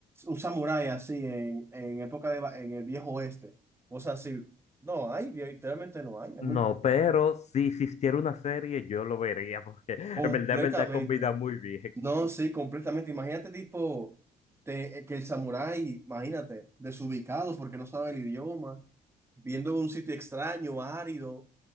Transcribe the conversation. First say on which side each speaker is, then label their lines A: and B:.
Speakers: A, on the right (about 15°); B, on the left (about 50°).
A: un samurái así en, en época de, va- en el viejo oeste. Cosas así. No hay, literalmente no hay. Es
B: No,
A: muy
B: pero si existiera una serie, yo lo vería, porque en
A: completamente.
B: verdad, en verdad, combina muy bien. <laughs>
A: No, sí, completamente. Imagínate, tipo, te- eh, que el samurái, imagínate, desubicado porque no sabe el idioma, viendo un sitio extraño, árido,